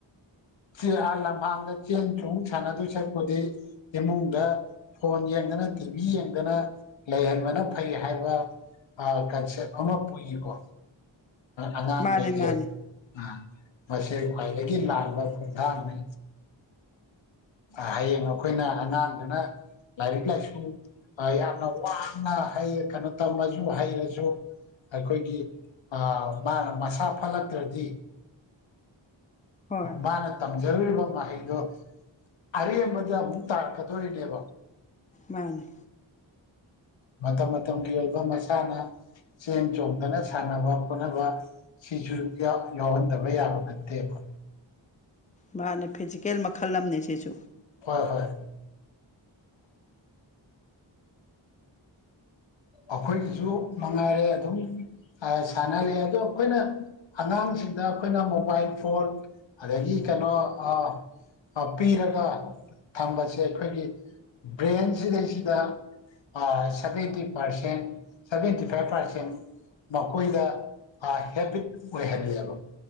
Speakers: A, on the left; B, on the left.
A: ꯁꯤ ꯑꯥ ꯂꯝꯍꯥꯡꯗ ꯆꯦꯟ ꯆꯣꯡ ꯁꯥꯟꯅꯗꯣꯏ ꯁꯔꯨꯛꯄꯨꯗꯤ ꯏꯃꯨꯡꯗ ꯐꯣꯟ ꯌꯦꯡꯗꯅ ꯇꯤꯚꯤ ꯌꯦꯡꯗꯅ ꯂꯩꯍꯟꯕꯅ ꯐꯩ ꯍꯥꯏꯕ ꯑꯥ ꯀꯟꯁꯦꯞ ꯑꯃ ꯄꯨꯏꯀꯣ ꯑꯉꯥꯡꯒꯩꯁꯦ
B: ꯃꯥꯅꯦ ꯃꯥꯅꯦ
A: ꯑꯥ ꯃꯁꯤ ꯈ꯭ꯋꯥꯏꯗꯒꯤ ꯂꯥꯟꯕ ꯈꯣꯡꯊꯥꯡꯅꯤ ꯍꯌꯦꯡ ꯑꯩꯈꯣꯏꯅ ꯑꯉꯥꯡꯗꯨꯅ ꯂꯥꯏꯔꯤꯛ ꯂꯥꯏꯁꯨ ꯌꯥꯝꯅ ꯋꯥꯅ ꯍꯩ ꯀꯩꯅꯣ ꯇꯝꯃꯁꯨ ꯍꯩꯔꯁꯨ ꯑꯩꯈꯣꯏꯒꯤ ꯑꯥ ꯃꯥꯅ ꯃꯁꯥ ꯐꯠꯂꯛꯇ꯭ꯔꯥꯗꯤ
B: ꯍꯣꯏ
A: ꯃꯥꯅ ꯇꯝꯖꯔꯨꯔꯤꯕ ꯃꯍꯩꯗꯣ ꯑꯔꯦꯝꯕꯗ ꯑꯃꯨꯛ ꯇꯥꯔꯛꯀꯗꯣꯔꯤꯅꯦꯕ
B: ꯃꯥꯅꯦ
A: ꯃꯇꯝ ꯃꯇꯝꯒꯤ ꯑꯣꯏꯕ ꯃꯁꯥꯅ ꯆꯦꯟ ꯆꯣꯡꯗꯅ ꯁꯥꯟꯅꯕ ꯈꯣꯠꯅꯕ ꯁꯤꯁꯨ ꯌꯥꯎ ꯌꯥꯎꯍꯟꯗꯕ ꯌꯥꯕ ꯅꯠꯇꯦꯕ
B: ꯃꯥꯅꯦ ꯐꯤꯖꯤꯀꯦꯜ ꯃꯥ ꯈꯜ ꯑꯝꯅꯦꯁꯤꯁꯨ
A: ꯍꯣꯏ ꯍꯣꯏ ꯑꯈꯣꯏꯒꯤꯁꯨ ꯃꯉꯥꯏꯔꯦ ꯑꯗꯨꯝ ꯑꯥ ꯁꯥꯟꯅꯔꯦ ꯑꯗꯣ ꯑꯈꯣꯏꯅ ꯑꯉꯥꯡꯁꯤꯡꯗ ꯑꯩꯈꯣꯏꯅ ꯃꯣꯕꯥꯏꯜ ꯐꯣꯟ ꯑꯗꯒꯤ ꯀꯩꯅꯣ ꯑꯥ ꯄꯤꯔꯒ ꯊꯝꯕꯁꯦ ꯑꯩꯈꯣꯏꯒꯤ ꯕ꯭ꯔꯦꯟ ꯁꯤꯗꯩꯁꯤꯗ ꯑꯥ seventy percent seventy five percent ꯃꯈꯣꯏꯗ ꯑꯥ ꯍꯦꯕꯤꯠ ꯑꯣꯏꯍꯜꯂꯦꯕ